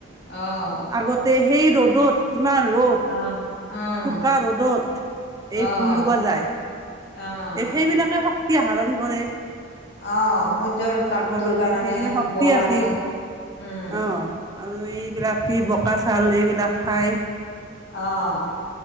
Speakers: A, on the left; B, on the right.
A: আহ
B: আগতে সেই ৰ'দত কিমান ৰ'দ
A: আহ উম
B: চোকা ৰ'দত এই
A: আহ
B: ভুই ৰুবা যায়।
A: আহ
B: এ সেইবিলাকে শক্তি আহৰণ কৰে।
A: অহ সূৰ্যৰ তাপটোৰ
B: আগৰ মানুহে
A: কাৰণে
B: সেইকাৰণে শক্তি
A: বল
B: আছিল
A: আহে উম।
B: অঁ আৰু এইবিলাক কি বোকা চাউল এইবিলাক খায়।
A: অহ।